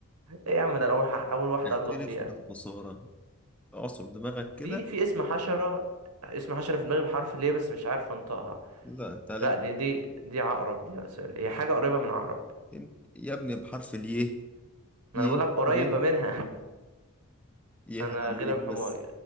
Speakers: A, on the right (about 80°); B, in the centre.
A: ايه يا عم ده أنا اول ح- اول واحده
B: اعترف
A: اغلط فيها
B: بالخسارة اعصر دماغك
A: في
B: كده
A: في اسم حشره اسم حشره في دماغي بحرف ليه بس مش عارف انطقها
B: لا انت عليك
A: لا دي دي دي عقرب دي لا سوري هي حاجه قريبه من عقرب
B: مرتين. يا ابني بحرف الياء
A: ما
B: يه
A: انا بقول لك قريبه
B: يه
A: منها <laughs>
B: يه
A: انا
B: عليك
A: غلب
B: بس
A: حماري